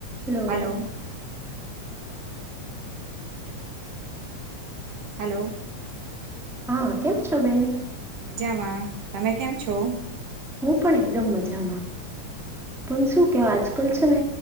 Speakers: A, in the centre; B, on the right (about 80°).
A: hello
B: hello hello
A: હા કેમ છો બેન
B: મજામાં તમે કેમ છો
A: હું પણ એકદમ મજામાં પણ શું કહેવાય આજકાલ છે ને